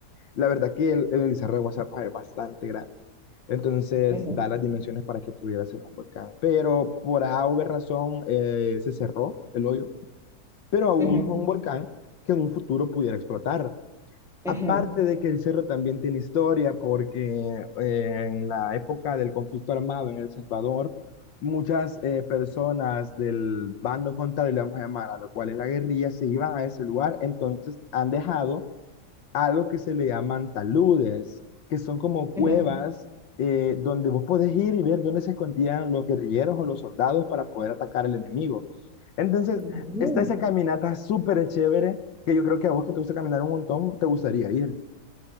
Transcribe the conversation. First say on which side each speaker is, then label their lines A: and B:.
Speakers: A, on the left; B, in the centre.
A: La verdad que el, el Cerro de Guazapa es bastante grande. Entonces
B: Ujú,
A: da las dimensiones para que pudiera ser un volcán. Pero por alguna razón eh, se cerró el hoyo. Pero aún
B: ujú,
A: es un volcán que en un futuro pudiera explotar.
B: ujú,
A: Aparte de que el cerro también tiene historia, porque eh, en la época del conflicto armado en El Salvador, muchas eh, personas del bando contrario, le vamos a llamar, a lo cual es la guerrilla, se iban a ese lugar, entonces han dejado algo que se le llaman taludes, que son como cuevas
B: ujú.
A: eh, donde vos podés ir y ver dónde se escondían los guerrilleros o los soldados para poder atacar al enemigo. Entonces,
B: Ujú.
A: está esa caminata súper chévere que yo creo que a vos que te gusta caminar un montón, te gustaría ir.